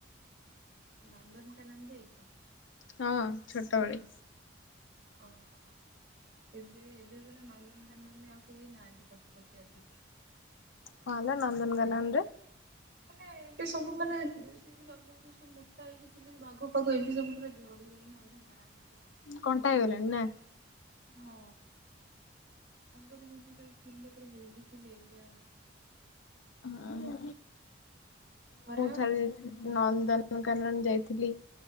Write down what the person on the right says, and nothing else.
ନନ୍ଦନକାନନ ଯାଇଛ?
ଓହ। ଏବେ ଏବେ ବୋଲେ ନନ୍ଦନକାନନୀ ଆଉ କେହି ନାହାଁନ୍ତି ପଶୁପକ୍ଷୀ ଅଧିକ।
ସବୁ ମରି
ହଜିବେ
ମାନେ ଏବେ ସବୁ ମାନେ ମୋଟା ହେଇକି ଥିଲି ବାଘ ପାଖ ଏ ବି ସବୁୁର ଝଡିଗଲେଣି ଅଧା ନାହାନ୍ତି।
େ
କ ହଁ ତାଗର ଯେମିତି ଥିଲେ। ହଳଛି ଲେବଆ
ଖରା ହଉଛି